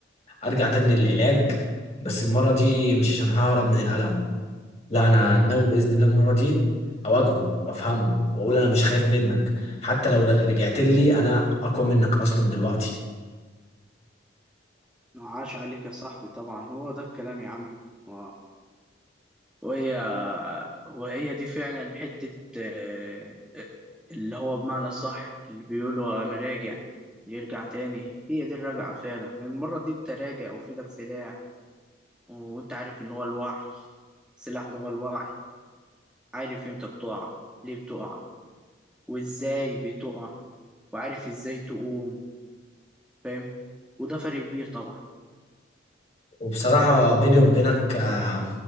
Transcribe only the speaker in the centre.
عاش عليك يا صاحبي طبعا هو ده الكلام يا عم و... وهي وهي دي فعلا حتة آه، آه، اللي هو بمعنى الصح اللي بيقولوا أنا راجع يرجع تاني هي دي الرجعة فعلا المرة دي أنت راجع وفي إيدك سلاح وأنت عارف إن هو الوعي السلاح ده هو الوعي عارف إمتى بتقع ليه بتقع وإزاي بتقع وعارف إزاي تقوم فاهم وده فرق كبير طبعا